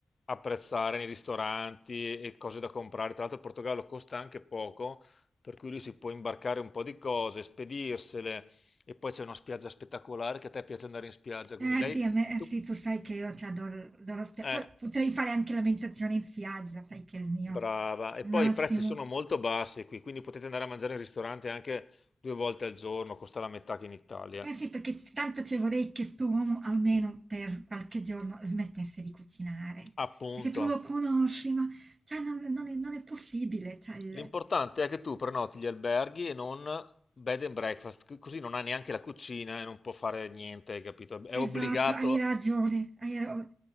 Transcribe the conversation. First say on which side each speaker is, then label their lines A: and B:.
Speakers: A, on the left; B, on the right.
A: apprezzare nei ristoranti e cose da comprare. Tra l'altro il Portogallo costa anche poco, per cui lui si può imbarcare un po' di cose, spedirsele e poi c'è una spiaggia spettacolare che a te piace andare in spiaggia,
B: Eh
A: quindi lei
B: sì, a me, eh,
A: tu-
B: sì, tu sai che io ti adoro, adoro spia-
A: eh,
B: Poi potrei fare anche la meditazione in spiaggia, sai che è il mio
A: brava. E
B: massimo.
A: poi i prezzi sono molto bassi qui, quindi potete andare a mangiare in ristorante anche due volte al giorno, costa la metà che in Italia.
B: Eh sì, perché tanto ci vorrei che sto uomo almeno per qualche giorno smettesse di cucinare,
A: Appunto.
B: perché tu lo conosci, ma cioè, non, non è, non è possibile. cioè, il-
A: L'importante è che tu prenoti gli alberghi e non bed and breakfast, c- così non ha neanche la cucina e non può fare niente, hai capito? È
B: Esatto,
A: obbligato.
B: hai ragione. hai ra-